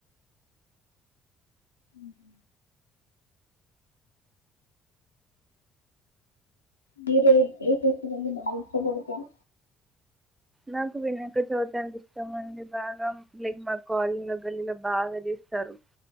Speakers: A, on the left; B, on the right.
A: మ్ హు మీరే ఏ ఫెస్టివల్ ని బాగా ఇష్టపడతారు
B: నాకు వినాయక చవితి అంటే ఇష్టం అండి బాగా, లైక్ మా కాలినిలో గల్లీలో బాగా చేస్తారు,